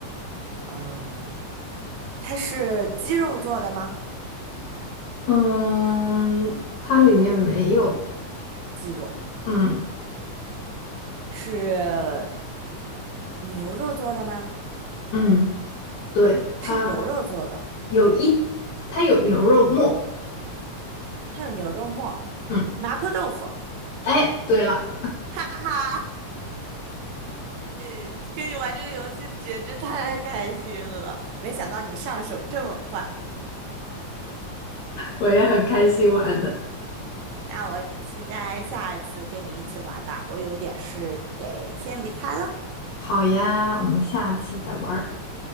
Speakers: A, on the right; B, on the left.
A: 嗯，它是鸡肉做的吗？
B: 嗯，它里面没有，
A: 鸡肉
B: 嗯
A: 是牛肉做的吗？
B: 嗯，对，它
A: 是牛肉做的，
B: 有一，它有牛肉末，
A: 它有牛肉末、
B: 嗯，
A: 麻婆豆腐。
B: 哎，对了，
A: 哈哈，<laughs> 跟你玩这个游戏简直太开心了，没想到你上手这么快。
B: 我也很开心玩的。
A: 那我期待下次跟你一起玩吧，我有点事得先离开了。
B: 好呀，我们下次再玩儿